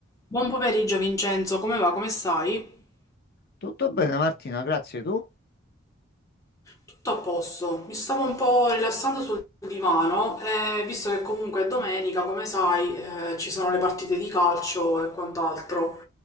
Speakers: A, on the left; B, on the left.
A: Buon pomeriggio Vincenzo, come va? Come stai?
B: Tutto bene Martina, grazie. Tu?
A: Tutto a posto. Mi stavo un po' rilassando sul divano e visto che comunque è domenica, come sai, eh, ci sono le partite di calcio e quant'altro.